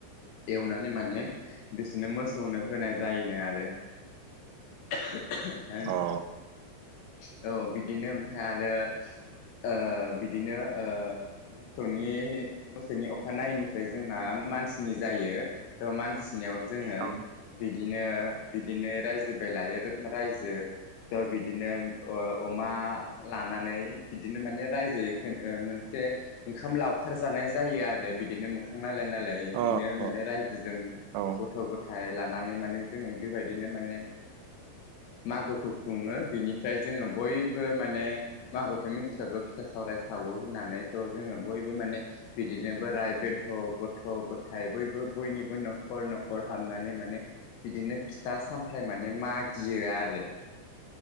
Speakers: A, on the left; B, on the right.
A: एवनाय। माने बिसोरनो मोसौनो होनाय जायोनो आरो। <unintelligible>
B: अ औ
A: औ बिदिनो ओमफ्राय। आरो। ओ बिदिनो ओ। मोसौनि मोसौनि अखानायैनिफ्राय जोंना मानसिनि जायो, मानसि नि जोङो।
B: अ
A: बिदिनो बिदिनो रायजो बाय लायो। रायजो थ' बिदिनो अमा लानानै, बिदिनो माने रायजोै मोनसे ओंखाम लाव ओंखारजानाय जायो। आरो बिदि बिदिनो मोखां नायलाय नायालाय
B: औ
A: बेनो माने रायजोजों
B: औ
A: गथ' गथ'। लानानै माने जों बेबायदिनो माने मागो खुङो बिनि फ्राय जोङो बयबो माने मागोथो मिथिखागौ फिथा सावराय सावो होननानैथ' जोङो। बयबो माने बिदि। बिदिनो बोराइ बेन्थ' गथ' गथाय बयबो बयनिबो न'खर न'खर हाबनानै माने बिदिनो फिथा सामथायाइ माने मागियो आरो